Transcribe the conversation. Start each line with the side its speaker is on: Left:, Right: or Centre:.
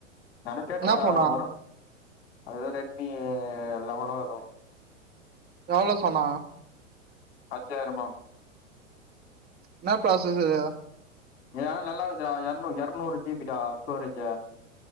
Left: வேனா கேட்டுப்பாக்றே
Right: என்ன ஃபோனா
Left: வரு அது ரெட்மீ லெவளோ எதோ
Right: எவ்ளோ சொன்னாக
Left: அஞ்சாயிரமா
Right: என்ன ப்ராசஸ் அதுலா
Left: ஏனா நல்லா இகுதுடா எரநூ எரநூறு ஜி பிடா ஸ்டோரேஜ்